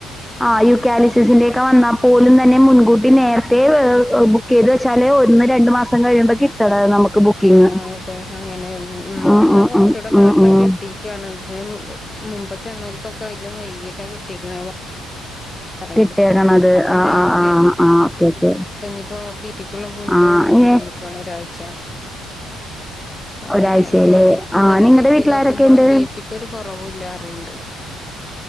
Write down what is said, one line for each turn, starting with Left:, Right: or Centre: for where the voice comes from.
Centre: ആ് യുക്കാലിസിസിന്റെ ഒക്കെ വന്നാൽ പോലും തന്നെ മുൻകൂട്ടി നേരത്തെ ബുക്ക് ചെയ്ത് വെച്ചാല് ഒന്ന് രണ്ടു മാസം കഴിയുമ്പോ കിട്ടണം നമുക്ക് ബുക്കിംഗ്
Left: ആഹ അതെ അങ്ങനെ നമ്മക്ക്
Centre: ഉം
Left: ഇന്നാ
Centre: ഉം
Left: കൊറച്ചുകൂടെ
Centre: ഉം
Left: നേരത്തെ
Centre: ഉം ഉം
Left: കിട്ടിക്കയാണ് ഇതിനും മുമ്പ് ചെന്നോൽക്കൊക്കെ അതിലും വൈകീട്ടാ കിട്ടിക്കണേ പറണ്ട്
Centre: കിട്ടേക്കണത്
Left: അപ്പൊ
Centre: ആ
Left: ാവ്
Centre: ആ
Left: ചെയ്തത്
Centre: ആ ആ ഓക്കെ ഓക്കെ
Left: അപ്പൊ ഇനിയിപ്പോൊ ബിപ്പിക്കുള്ള ഗുളിക
Centre: ആ
Left: കുട ക്കൻ
Centre: ഏ
Left: പറഞ്ഞക്കാണ് ഒരാഴ്ച അങ്ങനെ
Centre: ഒരാഴ്ചയിലെ
Left: ഇപ്പൊ ഇന്നലെ
Centre: ആ നിങ്ങടെ
Left: ചെക്ക് ചെയ്ത
Centre: വീട്ടിലാരൊക്കെയുണ്ട്
Left: നോക്കുമ്പോളും ബി പിക്ക്ൊ ഒരു കുറവ ഇല്ലാ അറണ്ട്